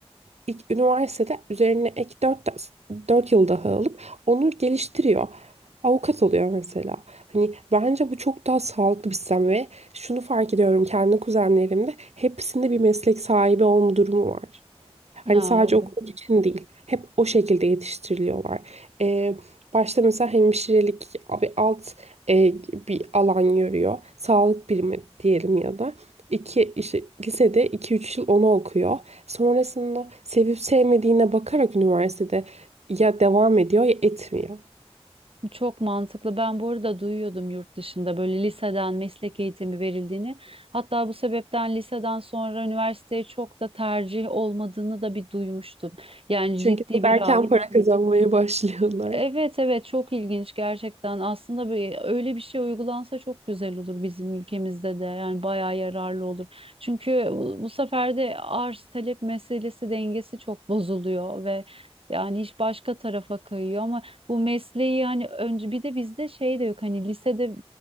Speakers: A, on the right; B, on the right.
A: ilk üniversitede üzerine ek dört 4 yıl daha alıp onu geliştiriyor. Avukat oluyor mesela. Hani bence bu çok daha sağlıklı bir sistem ve şunu fark ediyorum kendi kuzenlerimde hepsinde bir meslek sahibi olma durumu var. Hani
B: Ha,
A: sadece
B: evet.
A: okul için değil. Hep o şekilde yetiştiriliyorlar. Ee, başta mesela hemşirelik bir alt e, bir alan görüyor. Sağlık birimi diyelim ya da. İki, işte lisede iki üç yıl onu okuyor. Sonrasında sevip sevmediğine bakarak üniversitede ya devam ediyor ya etmiyor.
B: Bu Çok mantıklı. Ben bu arada duyuyordum yurt dışında böyle liseden meslek eğitimi verildiğini. Hatta bu sebepten liseden sonra üniversiteye çok da tercih olmadığını da bir duymuştum. Yani
A: Çünkü
B: ciddi
A: çok
B: bir
A: erken
B: rağbet
A: para
B: yok.
A: kazanmaya başlıyorlar.
B: Evet evet çok ilginç gerçekten. Aslında böyle, öyle bir şey uygulansa çok güzel olur bizim ülkemizde de. Yani bayağı yararlı olur. Çünkü bu, bu sefer de arz talep meselesi dengesi çok bozuluyor ve yani iş başka tarafa kayıyor ama bu mesleği hani önce bir de bizde şey de yok hani lisede